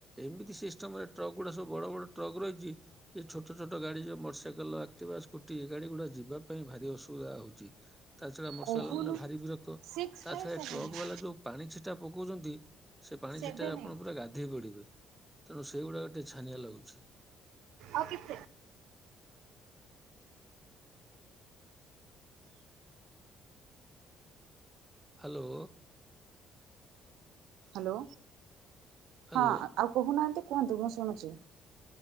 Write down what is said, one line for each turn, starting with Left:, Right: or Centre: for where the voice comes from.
Centre: ଏମିତି ସିଷ୍ଟମରେ ଟ୍ରକ୍ ଗୁଡା ସବୁ ବଡ ବଡ ଟ୍ରକ୍ ରହିଛି ଛୋଟଛୋଟ ଗାଡି ମୋଟର ସାଇକେଲ ଆକ୍ଟିଭା ସ୍କୁଟି ଗାଡି ଗୁଡ଼ା ଯିବା ପାଇଁ ଭାରି ଅସୁବିଧା ହଉଛି। ତା ଛଡା ମୋଟର
Right: କହୁନୁ
Centre: ସାଇକେଲ ମାନେ ଭାରି ବିରକ୍ତ
Right: ସିକ୍ସ
Centre: ତା
Right: ଫାଇଭ୍
Centre: ଛଡା
Right: ସେଭେନ୍
Centre: ଟ୍ରକ୍
Right: ଏଇଟ୍
Centre: ବାଲା ଯୋଉ ପାଣି ଛିଟା ପ କହୁଛନ୍ତି ସେ ପାଣିଛିଟାରେ
Right: ସେଭେନ୍
Centre: ଆପଣ
Right: ଏଇଟ୍
Centre: ପୁରା ଗାଧେଇ ପଡିବେ। ତେଣୁ ସେଇଗୁଡାକ ଟିକେ ଛାନିଆ ଲାଗୁଛି।
Right: ଆଉ କେତେ?
Centre: ହ୍ୟାଲୋ।
Right: ହ୍ୟାଲୋ
Centre: ହାଲୋ।
Right: ହଁ ଆଉ କହୁନାହାନ୍ତି କୁହନ୍ତୁ ମୁଁ ଶୁଣୁଛି।